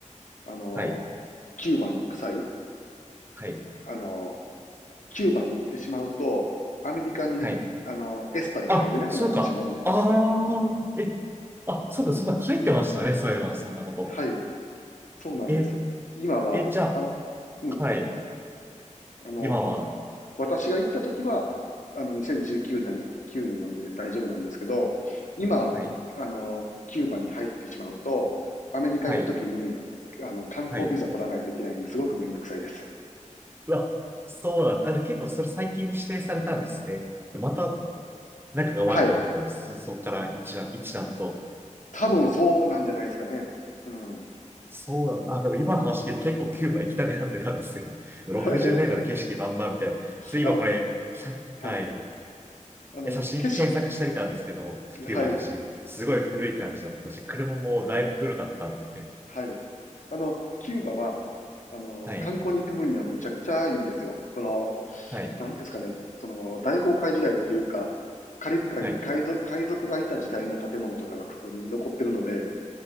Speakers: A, on the left (about 75°); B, on the right (about 15°).
A: あの、
B: はい。
A: キューバに行く際、
B: はい。
A: あの、キューバに行ってしまうと、アメリカに、
B: はい。
A: あの、エスタで入れなくなってしまうので。
B: あ、そうか。ああえ、あ、そうかそんな書いてましたね。そういえば、そんなこと。
A: はい、そうなんです。
B: え、
A: 今は、
B: え、じゃ
A: あ、うん、
B: あ、はい。
A: あの、
B: 今は、
A: 私が行った時は、あの、2019年、9年なんで大丈夫なんですけど、今、
B: はい。
A: あの、キューバに入ってしまうと、アメリカ行くときに、
B: はい。
A: あの、観光ビザ取らないといけないんで、
B: はい。
A: すごくめんどくさいです。
B: うわ、そうなんだ。あ、結構それ最近指定されたんですね。でまた仲が悪くなったんです。
A: はい。
B: そ、そこから一段、一段と。
A: 多分そうなんじゃないですかね。うん。
B: そうなんだ。あ、でも今の話聞いて結構キューバ行きたくなってたんですよ。<laughs> 60年代の景色まんまみたいな。
A: <laughs>
B: それ今これ、
A: あの、
B: さはい。
A: はい。あの、
B: で写真検索してみたんですけど、
A: 景色、
B: キューバの写真。
A: はい。
B: すごい古い感じだったし、車もだいぶ古かったんで。
A: はい。あの、キューバは、あの、
B: はい。
A: 観光に行く分にはむちゃくちゃいいですよ。その、
B: はい。
A: なんですかね、その、大航海時代っていうか、カリブ海に海賊、
B: はい。
A: 海賊がいた時代の建物とかが普通に残ってるので、